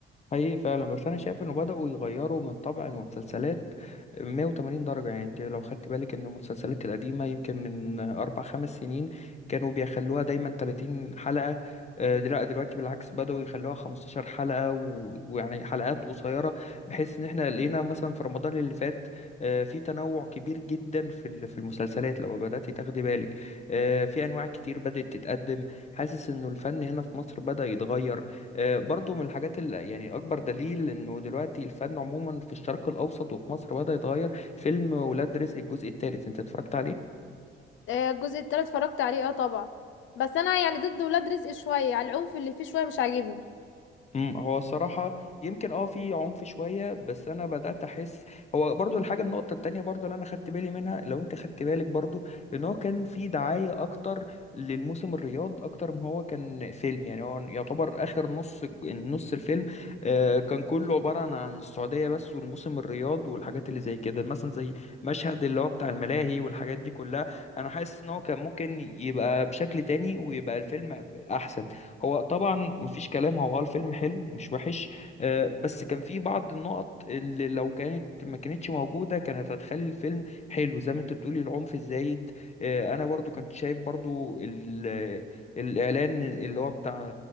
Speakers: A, on the left; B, on the left.
A: حقيقي فعلا بس انا شايف انه بدأوا يغيروا من طبع المسلسلات 180 درجة يعني انت لو خدت بالك ان المسلسلات القديمة يمكن من اربع خمس سنين كانوا بيخلوها دايما 30 حلقة آه، لا دلوقتي بالعكس بدأوا يخلوها 15 حلقة و- ويعني حلقات قصيرة بحيث ان احنا لقينا مثلا في رمضان اللي فات آه، في تنوع كبير جدا في ال- في المسلسلات لو بدأتي تاخدي بالك آه، في انواع كتير بدأت تتقدم حاسس انه الفن هنا في مصر بدأ يتغير آه، برضو من الحاجات اللي يعني أكبر دليل إنه دلوقتي الفن عموما في الشرق الأوسط وفي مصر بدأ يتغير فيلم ولاد رزق الجزء الثالث أنت اتفرجت عليه؟
B: آه، الجزء التالت اتفرجت عليه اه طبعا بس أنا يعني ضد ولاد رزق شوية على العنف اللي فيه شوية مش عاجبني
A: امم هو الصراحة يمكن اه في عنف شوية بس انا بدأت احس هو برضو الحاجة النقطة التانية برضو اللي انا خدت بالي منها لو انت خدت بالك برضو ان هو كان في دعاية اكتر للموسم الرياض اكتر ما هو كان فيلم يعني هو يعتبر اخر نص نص الفيلم آه كان كله عبارة عن عن السعودية بس والموسم الرياض والحاجات اللي زي كده مثلا زي مشهد اللي هو بتاع الملاهي والحاجات دي كلها انا حاسس ان هو كان ممكن يبقى بشكل تاني ويبقى الفيلم احسن هو طبعا مفيش كلام هو اه الفيلم حلو مش وحش آه، بس كان في بعض النقط اللي لو كانت ما كانتش موجودة كانت هتخلي الفيلم حلو زي ما انت بتقولي العنف الزايد آه، انا برضو كنت شايف برضو ال- الاعلان اللي هو بتاع